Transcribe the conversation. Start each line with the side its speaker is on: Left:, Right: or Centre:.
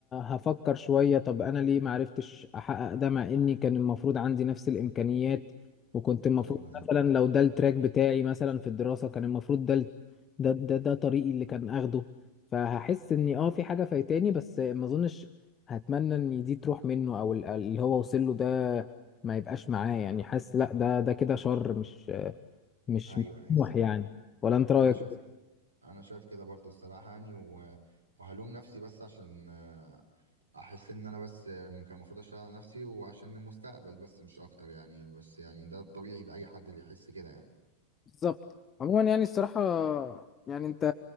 Left: ه- هفكر شوية طب انا ليه ما عرفتش احقق ده مع اني كان المفروض عندي نفس الامكانيات وكنت المفروض
Right: ايوه
Left: مثلا لو ده التراك بتاعي مثلا في الدراسة كان المفروض ده ال- ده ده, ده طريقي اللي كان اخده فهحس اني اه في حاجة فايتاني بس آه، ما اظنش هتمنى ان دي تروح منه او ال- اللي هو وصل له ده ما يبقاش معاه يعني حاسس لا ده ده كده شر مش مش
Right: ايوه
Left: مش
Right: ايوه
Left: طموح
Right: الصراحة
Left: يعني ولا انت رايك
Right: انا شايف انا شايف كده برضو الصراحه يعني و... وهلوم نفسي بس عشان آه، احس ان انا بس آه، كان المفروض اشتغل على نفسي وعشان المستقبل بس مش اكتر يعني بس يعني ده الطبيعي لاي حد اللي يحس كده يعني
Left: بالظبط عموما يعني الصراحة يعني انت